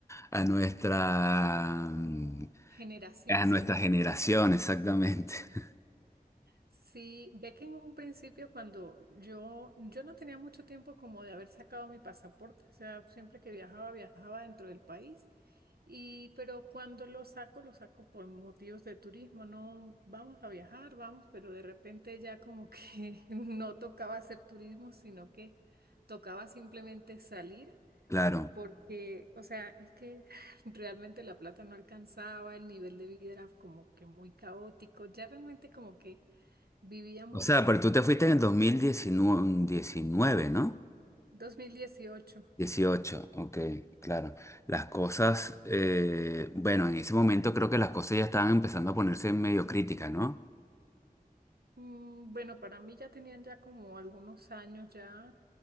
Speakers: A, on the left; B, on the right.
A: a nuestra, mm,
B: Generación,
A: a
B: ¿cierto?
A: nuestra generación, exactamente. <laughs>
B: Sí, ve que en un principio cuando yo, yo no tenía mucho tiempo como de haber sacado mi pasaporte, o sea, siempre que viajaba, viajaba dentro del país, y pero cuando lo saco, lo saco por motivos de turismo, no vamos a viajar, vamos, pero de repente ya como que <laughs> no tocaba hacer turismo, sino que tocaba simplemente salir
A: Claro.
B: porque, o sea, es que <sighs> realmente la plata no alcanzaba, el nivel de vida era como que muy caótico, ya realmente como que vivíamos
A: O sea, pero tú te fuiste en el 2019, ¿no?
B: 2018.
A: dieciocho ok, claro. Las cosas, eh, bueno, en ese momento creo que las cosas ya estaban empezando a ponerse medio críticas, ¿no?
B: Mm, bueno, para mí ya tenían ya como algunos años ya,